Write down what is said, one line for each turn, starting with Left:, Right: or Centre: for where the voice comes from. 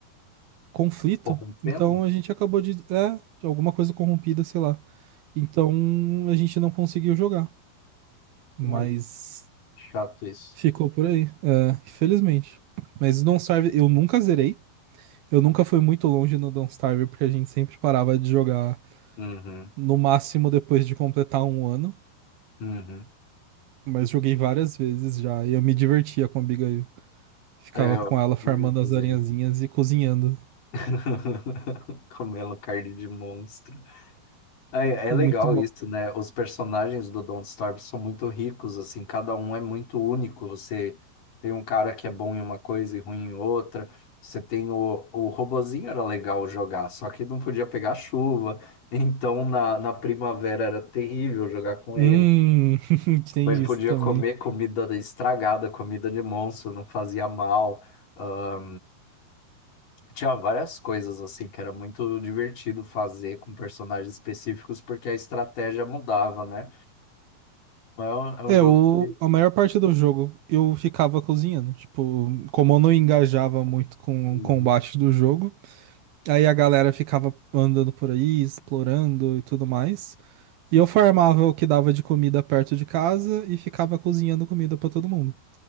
Right: conflito.
Left: Corrompendo?
Right: Então a gente acabou de é, alguma coisa corrompida, sei lá. Então a gente não conseguiu jogar, mas
Left: Cara, que chato isso.
Right: ficou por aí, é, infelizmente. Mas não serve, eu nunca zerei. Eu nunca fui muito longe no Don't Starve, porque a gente sempre parava de jogar
Left: Uhum,
Right: no máximo depois de completar um ano.
Left: uhum.
Right: Mas joguei várias vezes já, e eu me divertia com a Abigail. Ficava
Left: É, eu
Right: com ela farmando
Left: também não fazer.
Right: as aranhazinhas e cozinhando.
Left: <laughs> Comendo carne de monstro. É, é
Right: É
Left: legal
Right: muito bom.
Left: isso, né? Os personagens do Don't Starve são muito ricos, assim, cada um é muito único. Você tem um cara que é bom em uma coisa e ruim em outra. Você tem o, o robozinho era legal jogar, só que não podia pegar chuva. <laughs> Então na, na primavera era terrível jogar com
Right: Hum,
Left: ele.
Right: <laughs> tem
Left: Mas ele
Right: isso
Left: podia
Right: também.
Left: comer comida estragada, comida de monstro, não fazia mal. Ah, tinha várias coisas assim que era muito divertido fazer com personagens específicos porque a estratégia mudava, né? É um, é um
Right: É,
Left: jogo
Right: o,
Left: que.
Right: a maior parte do jogo eu ficava cozinhando. Tipo, como eu não engajava muito com
Left: Uhum,
Right: o combate do jogo, aí a galera ficava andando por aí, explorando e tudo mais. E eu farmava o que dava de comida perto de casa e ficava cozinhando comida pra todo mundo.